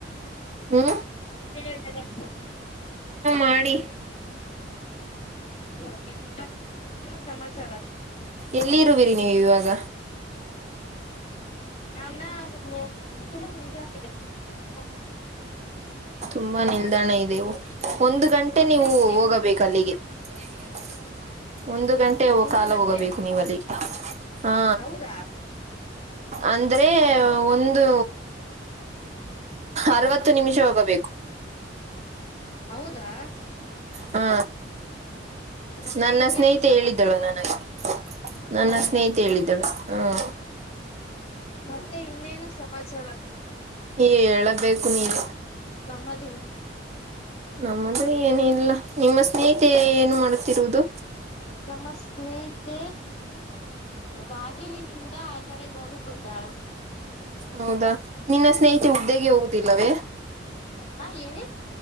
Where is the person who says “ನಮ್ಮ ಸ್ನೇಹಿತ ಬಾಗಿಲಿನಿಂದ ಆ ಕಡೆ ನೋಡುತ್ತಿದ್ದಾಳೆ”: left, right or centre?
Left